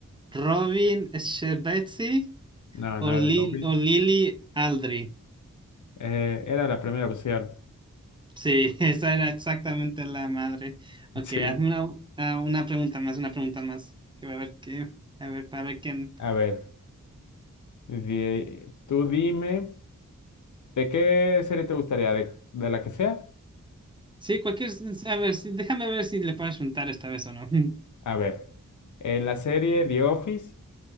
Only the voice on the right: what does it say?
Robin Scherbatsky
o,
Lil-
o Lily Aldridge.
Sí, <laughs> esa era exactamente la madre. Ok,
hazme una, ah, una pregunta más, una pregunta más. Que va a ver qué, a ver, para ver quién.
Sí, cualquier, a ver, sí, déjame ver si le puedes juntar esta vez o no. <laughs>